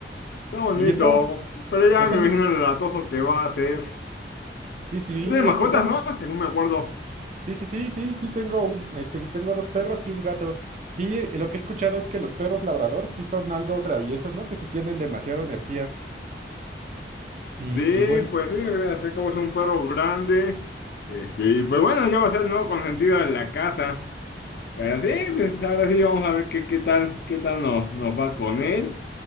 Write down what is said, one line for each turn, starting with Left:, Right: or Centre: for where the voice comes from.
Left: Está bonito,
Right: ¿Y esto?
Left: pero ya
Right: ¿Este
Left: me
Right: li-
Left: imagino el latoso que va a ser.
Right: Sí, sí, sí,
Left: Tú tienes
Right: he
Left: mascotas,
Right: escuchado.
Left: ¿no? Según me acuerdo.
Right: Sí, sí, sí, sí, sí, tengo un- este, tengo dos perros y un gato. Sí, eh, lo que he escuchado es que los perros labrador sí son algo traviesos, ¿no? Que sí tienen demasiada energía. Y,
Left: Sí,
Right: y bueno,
Left: pues sí, así como es un perro grande. Este, y pues bueno, ya va a ser el nuevo consentido de la casa. Pero sí, pues ahora sí vamos a ver qué, qué tal, qué tal nos, nos va con él.